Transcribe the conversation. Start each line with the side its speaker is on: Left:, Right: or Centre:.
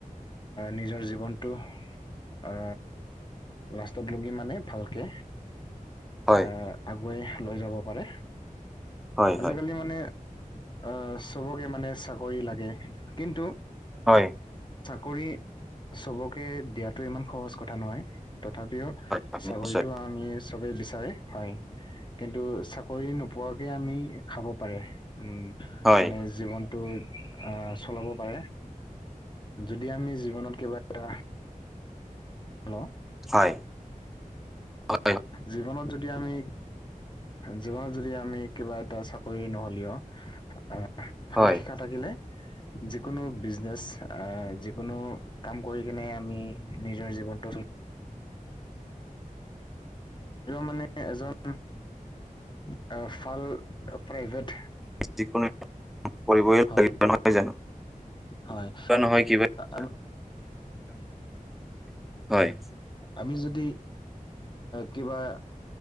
Left: নিজৰ জীৱনটো অ লাষ্টত লগি মানে ভালকে।
Centre: হয়,
Left: আহ আগুৱাই লৈ যাব পাৰে
Centre: হয়, হয়, হয়।
Left: আজিকালি মানে। অহ চবকে মানে চাকৰি লাগে। কিন্তু
Centre: হয়।
Left: কৰি চবকে দিয়াটো ইমান সহজ কথা নহয়। তথাপিও
Centre: হয়
Left: চাকৰিতটো
Centre: নিশ্চয়
Left: আমি চবেই লচ। হয় কিন্তু চাকৰি নোপোৱাকে আমি খাব পাৰে। উম
Centre: হয়,
Left: মানে জীৱনটো আহ চলাব পাৰে। যদি আমি জীৱনত কিবা এটা। হেল্ল'।
Centre: হয়, হয়,
Left: জীৱনত যদি আমি জীৱনত যদি আমি কিবা এটা চাকৰি নহ'লেও। অহ ভাল
Centre: হয়।
Left: শিকা থাকিলে। যিকোনো বিজনেচ আহ যিকোনো কাম কৰি কিনে আমি নিজৰ জীৱনটো। মানে এজন। <unintelligible> ফাল প্ৰাইভেট।
Centre: যোন কৰিবাগ
Left: হয়
Centre: নহয় জানো
Left: হয়
Centre: কিবা নহয় কিবা। <unintelligible>
Left: <inaudible>
Centre: হয়। <unintelligible>
Left: আমি যদি কিবা